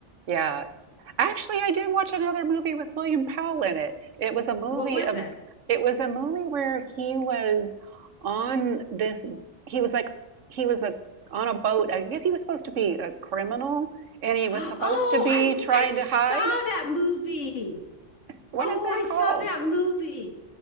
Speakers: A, on the right; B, on the left.
A: Yeah. Actually, I did watch another movie with William Powell in it. It was a movie
B: What was
A: of,
B: it?
A: it was a movie where he was on this, he was like, he was a, on a boat. I guess he was supposed to be a criminal and he
B: <gasps>
A: was
B: Oh,
A: supposed to be
B: I
A: trying
B: I saw
A: to hide.
B: that movie.
A: What
B: Oh,
A: is that
B: I saw
A: called?
B: that movie.